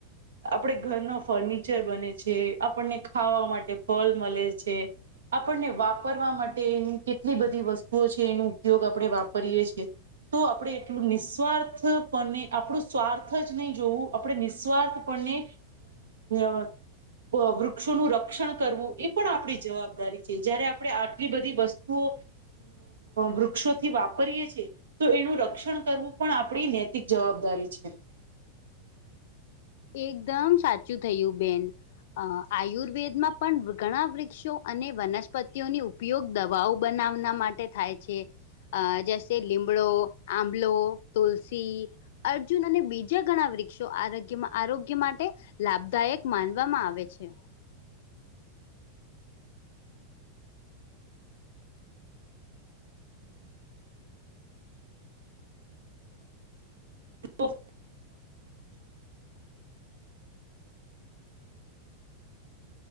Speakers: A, on the right; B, on the left.
A: આપડો ઘરનો ફર્નિચર બને છે, આપણને ખાવા માટે ફળ મળે છે. આપણને વાપરવા માટેની કેટલી બધી વસ્તુઓ છે, એનો ઉપયોગ આપણે વાપરીએ છ છીએ. તો આપણે એટલું નિસ્વાર્થ પણ આપણું સ્વાર્થ જ નહીં જોવું. આપણે નિસ્વાર્થપને અ વૃક્ષોનું રક્ષણ કરવું, એ પણ આપણી જવાબદારી છે, જયારે આપણે આટલી બધી વસ્તુઓ વૃક્ષોથી વાપરીએ છીએ. તો એનું રક્ષણ કરવું, પણ આપણી નૈતિક જવાબદારી છે.
B: એકદમ સાચું થયું બેન. અ આયુર્વેદમાં પણ ઘણા વૃક્ષો અને વનસ્પતિઓની ઉપયોગ દવાઓ બનાવના માટે થાય છે. અ જેમ કે લીમડો, આબલો, તુલસી અર્જુન અને બીજા ઘણા વૃક્ષો આરોગ્યમાં આરોગ્ય માટે લાભદાયક માનવામાં આવે છે.
A: ઓફ <inaudible>